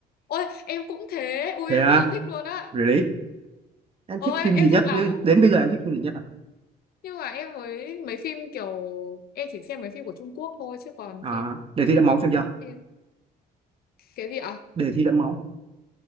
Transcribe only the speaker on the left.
ôi em cũng thế ui
em
rất là thích luôn á
ôi
em, em
thích lắm
nhưng mà em mới mấy phim kiểu em chỉ xem mấy phim của Trung Quốc thôi chứ còn
phim,
phim cái gì ạ